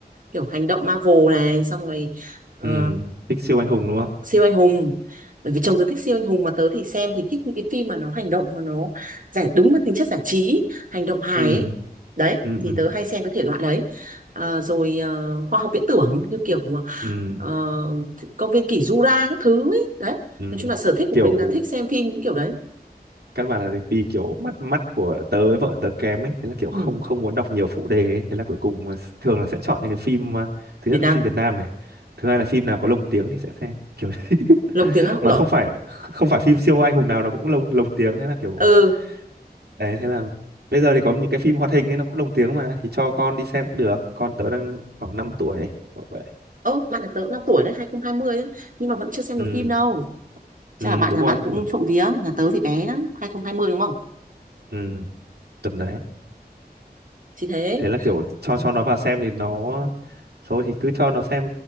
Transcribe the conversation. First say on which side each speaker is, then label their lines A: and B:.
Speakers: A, on the right (about 55°); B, on the right (about 80°).
A: kiểu hành động Marvel này xong rồi ờ,
B: Ừm, thích siêu anh hùng đúng không
A: siêu anh hùng bởi vì chồng tớ thích siêu anh hùng mà tớ thì xem thì thích những cái phim mà nó hành động mà nó giải đúng với tính chất giải trí hành động hài
B: ừ
A: ấy. đấy
B: ừ
A: thì tớ hay xem cái thể loại đấy à, rồi ờ, khoa học viễn tưởng như kiểu mà,
B: ừ
A: ờ, công viên kỷ Jura các thứ ấy đấy
B: ừ,
A: nói chung là sở thích của
B: kiểu
A: mình là thích xem phim những kiểu đấy
B: căn bản là vì kiểu mắt mắt của tớ với vợ tớ kém ấy thế là kiểu
A: ừ.
B: không không muốn đọc nhiều phụ đề ấy. thế là cuối cùng là thường là sẽ chọn những cái phim à, thứ
A: Việt
B: nhất là
A: Nam
B: phim Việt Nam này thứ hai là phim nào có lồng tiếng thì sẽ xem kiểu <laughs>
A: lồng tiếng á ui
B: mà
A: dồi
B: không phải không phải phim siêu anh hùng nào nó cũng lồng lồng tiếng thế là kiểu
A: ừ
B: đấy thế là bây giờ thì có những cái phim hoạt hình ấy nó cũng lồng tiếng mà thì cho con đi xem cũng được con tớ đang khoảng 5 tuổi kiểu vậy
A: ơ bạn nhà tớ cũng 5 tuổi đấy 2020 ấy nhưng mà vẫn chưa xem
B: ừ,
A: được phim đâu chắc
B: ừ
A: là bạn
B: đúng
A: nhà
B: rồi
A: bạn cũng
B: nhưng mà
A: trộm vía nhà tớ thì bé lắm 2020 đúng không
B: ừ, tầm đấy
A: chỉ thế
B: thế là kiểu cho
A: ừ.
B: cho nó vào xem thì nó thôi thì cứ cho nó xem